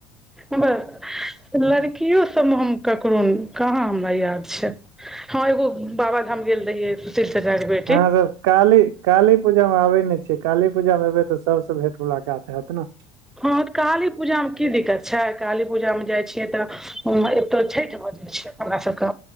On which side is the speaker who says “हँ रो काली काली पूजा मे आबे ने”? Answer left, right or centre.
Right